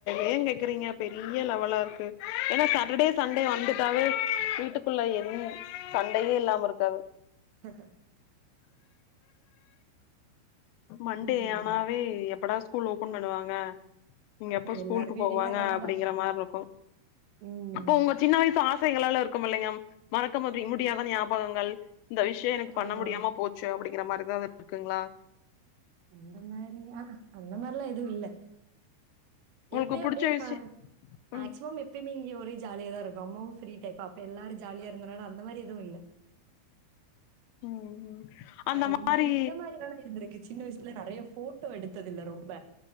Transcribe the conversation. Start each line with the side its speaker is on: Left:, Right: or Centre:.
Left: ஏ கேக்குறீங்க பெரிய லெவலா இருக்கு ஏன்னா ச டர்டே சண்டே வந்துட்டாவே வீட்டுக்குள்ள என் சண்டையே இல்லாம இருக்காது
Right: ஹ
Left: மண்டே
Right: ம்.
Left: ஆனாவே எப்படா ஸ்கூல் ஓபன் பண்ணுவாங்க நீங்க எப்ப ஸ்கூலுக்கு
Right: எல்லாருக்கும்
Left: போவாங்க அப்படிங்கற
Right: தான்.
Left: மாரி இருக்கு
Right: ம்.
Left: இப்ப உங்க சின்ன வயசு ஆசைகளலா இருக்கும் இல்லைங்க மறக்க முடியு முடியாத ஞாபகங்கள் இந்த விஷ்யோ எனக்கு பண்ண
Right: ஆமா.
Left: முடியாம போச்சு அப்படிங்கிற மாரிதா அது இருக்குங்களா
Right: அந்த மாரி அ அந்த மாரிலா எது இல்ல
Left: உங்களுக்கு
Right: எப்பய
Left: புடிச்ச
Right: அப்படியே
Left: விஷயம்
Right: ப மேக்சிமம்
Left: ம்
Right: எப்பயமே இங்க ஒரே ஜாலிய தா இருக்கு அம்மாவும் ஃப்ரீ டைப்பா அப்ப எல்லாரு ஜாலியா இருந்தனால அந்தமாரி எது இல்ல
Left: ம் ம் அந்த
Right: ஆ இது
Left: மாரி
Right: இந்த மாதிரிதான இருந்திருக்கு சின்ன வயசுல நறைய ஃபோட்டோ எடுத்ததில்ல ரொம்ப